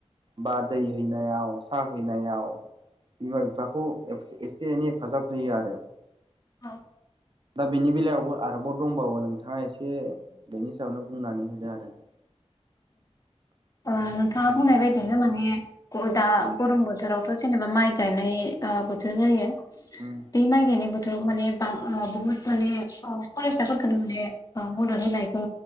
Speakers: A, on the right (about 45°); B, on the left (about 30°).
A: बा दै हैनायाव साहा हैनायाव बिमा बिफाखौ एफ एसे एनै हेफाजाब होयो आरो।
B: औ।
A: दा बेनि बेलायावबो आरोबाव दंबावो नोंथाङा एसे बेनि सायावनो बुंनानै होदो आरो।
B: ओ नोंथाङा बुंनाय बायदिनो माने ग दा गरम बोथो रावथ' जेनेबा माइ गायनाय ओ बोथोर जायो।
A: उम
B: बे माइ गायनाय बोथोराव माने बा ओ बुहुत माने ओ फरायसाफोरखौनो माने ओ बुंनो रोंला बेखौ